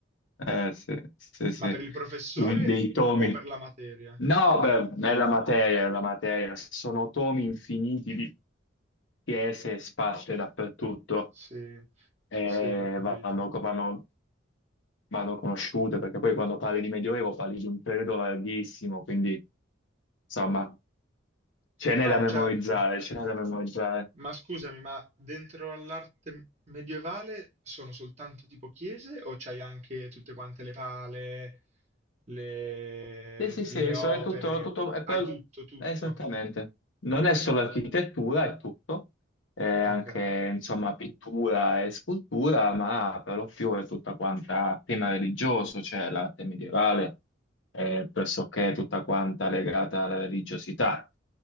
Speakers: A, on the left; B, on the right.
A: Eh, sì, sì, sì.
B: Ma per il professore
A: Un- dei tomi.
B: o per la materia?
A: No, beh, è la materia, è la materia. Sono tomi infiniti di chiese sparse dappertutto
B: Sì,
A: e
B: sì, ho capito.
A: vanno, vanno- vanno conosciute, perché poi quando parli di Medioevo parli di un periodo larghissimo, quindi insomma ce n'è
B: No,
A: da memorizzare,
B: certo.
A: ce n'è da memorizzare.
B: Ma scusami, ma dentro all'arte medievale sono soltanto tipo chiese o c'hai anche tutte quante le pale, le,
A: Sì, sì,
B: le
A: sì,
B: opere?
A: so- è tutto, tutto- è
B: Hai
A: per-
B: tutto, tutto.
A: è esattamente. Non è solo architettura, è tutto, è anche,
B: Ok,
A: insomma, pittura e scultura, ma per lo più è tutta quanta tema religioso, cioè l'arte medievale è pressoché tutta quanta legata alla religiosità.